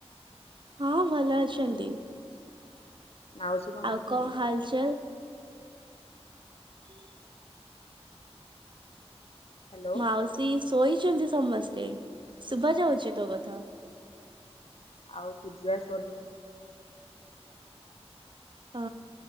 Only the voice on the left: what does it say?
ମାଉସୀ କଁ
କରୁଚନ୍ତି?
ହ୍ୟାଲୋ
ଆଉ ପୂଜା ସୋନୁ